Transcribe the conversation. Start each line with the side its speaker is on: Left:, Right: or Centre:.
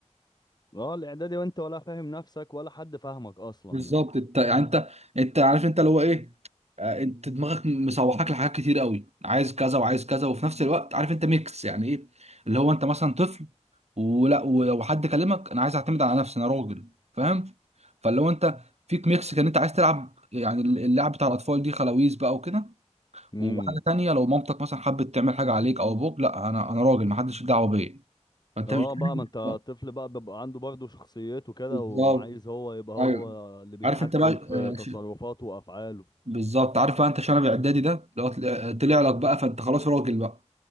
Left: اه الاعدادي وانت ولا فاهم نفسك ولا حد فاهمك اصلا
Right: بالظبط
Left: يعني
Right: انت يعني انت انت عارف انت اللي هو ايه آه، انت دماغك مسوحاك لحاجات كتير قوي عايز كذا وعايز كذا وفي نفس الوقت عارف انت ميكس يعني ايه اللي هو انت مثلا طفل ولا و- وحد كلمك انا عايز اعتمد على نفسي انا راجل فاهم فاللي هو انت فيك ميكس كان انت عايز تلعب يعني اللعب بتاع الاطفال دي خلاويز بقى وكده
Left: امم
Right: وحاجه تانية لو مامتك مثلا حبت تعمل حاجه عليك او ابوك لا انا انا راجل محدش ليه دعوه بيا فانت
Left: اه
Right: مش
Left: بقى ما انت
Right: فاهم
Left: طفل بقى بيبقى عنده برضه شخصيته كده
Right: بالظبط
Left: وعايز هو يبقى هو
Right: ايوه
Left: اللي بيتحكم
Right: عارف انت بقى آه،
Left: في
Right: ش-
Left: تصرفاته وافعاله
Right: بالظبط عارف بقى انت شنب اعدادي ده لو طل- آه، طلع لك بقى فانت خلاص راجل بقى